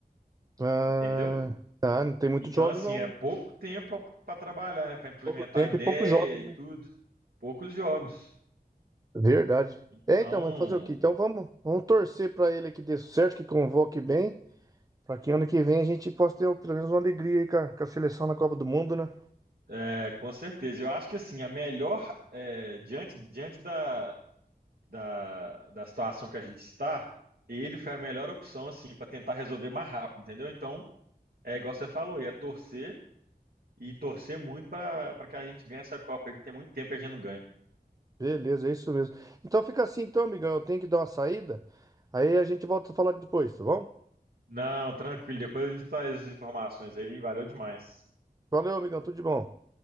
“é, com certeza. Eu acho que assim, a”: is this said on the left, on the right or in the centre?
Right